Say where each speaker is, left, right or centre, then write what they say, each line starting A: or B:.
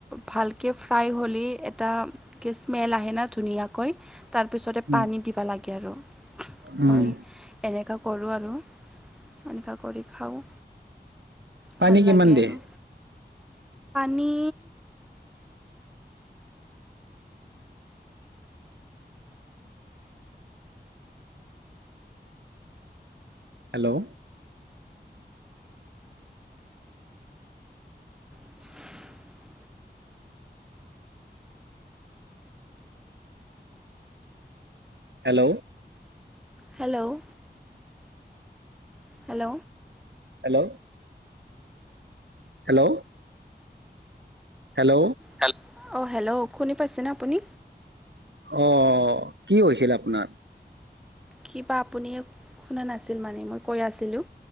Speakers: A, in the centre; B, on the right (about 85°).
A: ভালকে ফ্ৰাই হ'লেই এটা স্মেল আহে না ধুনীয়াকৈ। তাৰপিছতে
B: উম,
A: পানী দিবা লাগে আৰু হয়।
B: উম।
A: এনেকুৱা কৰোঁ আৰু এনেকুৱা কৰি খাওঁ।
B: পানী
A: ভাল
B: কিমান
A: লাগে
B: দিয়ে?
A: আৰু নি
B: hello,
A: <inaudible>
B: hello.
A: Hello, hello.
B: Hello. Hello. Hello.
A: হেল, অ', হেল্ল', শুনি পাইছেনে আপুনি?
B: অ', কি হৈছিল আপোনাৰ?
A: কি বা আপুনিয়ে শুনা নাছিল মানে, মই কৈ আছিলোঁ।